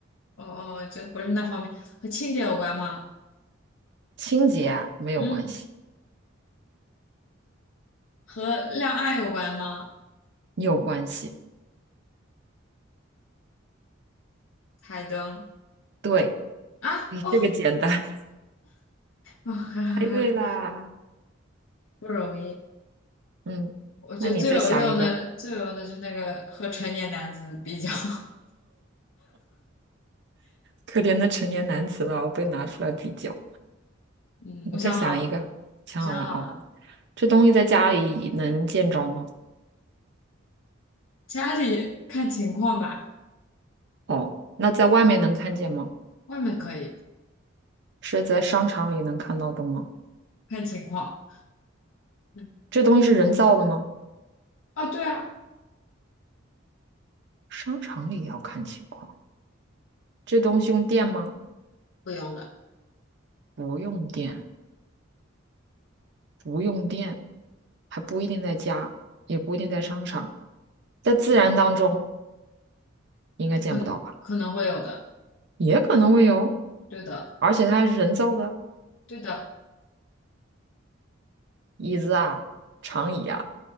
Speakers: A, on the left (about 70°); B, on the right (about 60°).
A: 哦，哦这不是那方面，和清洁有关吗？
B: 清洁啊没有关系，
A: 嗯，和亮暗有关吗？
B: 有关系。
A: 台灯
B: 对，
A: 啊，
B: 你这个简单，
A: 哦，
B: <laughs>
A: 哦，哈哈哈
B: 猜对啦。
A: 不容易。
B: 嗯，
A: 我觉得最有用的，
B: 那你再想一个，
A: 最有用的就是那个和成年男子比较。<laughs>
B: 可怜的成年男子了，被拿出来比较。
A: 嗯，
B: 你再想一个，
A: 我想好，
B: 想好了啊，
A: 想好了，
B: 这东西在家里能见着吗？
A: 家里看情况吧，
B: 哦，那在外面能看见吗？
A: 外面可以
B: 是在商场里能看到的吗？
A: 看情况。嗯，
B: 这东西是人造的吗？
A: 哦，对啊，
B: 商场里也要看情况，这东西用电吗？
A: 不用的，
B: 不用电，不用电，还不一定在家，也不一定在商场，在自然当中应该见不到吧？
A: 嗯，可能会有的，
B: 也可能会有，
A: 对的，
B: 而且它还是人造的，
A: 对的，
B: 椅子啊，长椅啊，